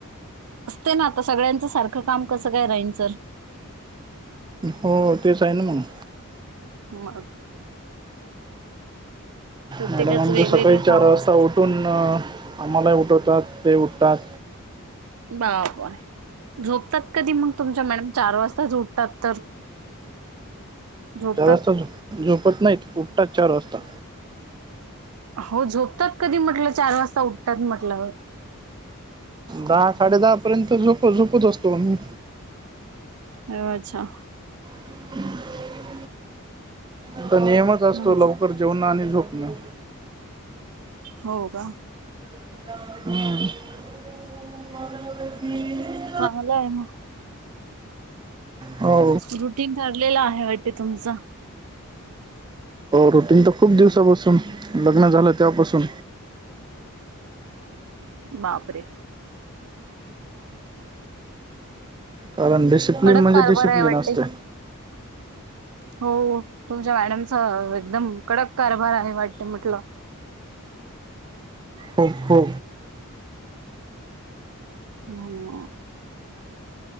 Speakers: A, on the right; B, on the right.
A: असते ना आता सगळ्यांच सारखं काम कसं काय राहीनचर
B: हो तेच आहे ना म्हणून
A: मग प्रत्येकाच
B: मॅडम आमच्या
A: वेगवेगळं
B: सकाळी चार
A: काम
B: वाजता
A: असते
B: उठून आम्हाला उठवतात ते उठतात
A: बाप हाय झोपतात कधी मग तुमच्या मॅडम चार वाजताचं उटतात तर झोपतात
B: चार वाजता झ झोपत नाहीत उठतात चार वाजता
A: हो झोपतात कधी म्हटलं चार वाजता उठतात म्हटल्यावर
B: दहा साडे दहा पर्यंत झोप झोपत असतो मही
A: हो अच्छा
B: <inaudible> आता नियमच असतो
A: म्हणजे
B: लवकर जेवणं आणि झोपणं
A: हो का
B: हम्म
A: चालं आहे म
B: हो
A: रुटीन ठरलेलं आहे वाटते तुमचं
B: रुटीन तर खूप दिवसापासून लग्न झालं तेव्हापासून
A: बापरे
B: कारण डिसिप्लिन
A: कडक
B: म्हणजे
A: कारभार
B: डिसिप्लन
A: आहे वाटते.
B: असते
A: हो तुमच्या मॅडमचा एकदम कडक कारभार आहे वाटत म्हटलं
B: हो हो
A: हम्म